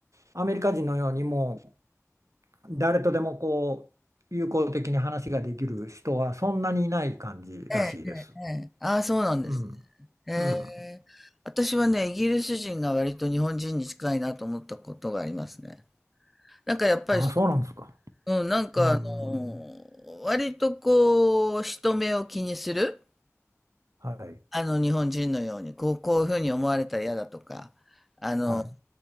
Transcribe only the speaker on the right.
アメリカ人のようにもう、誰とでもこう、友好的に話ができる人はそんなにいない感じらしいです。
うん。
うん。
ああ、そうなんですか。
うん。
はい。
はい。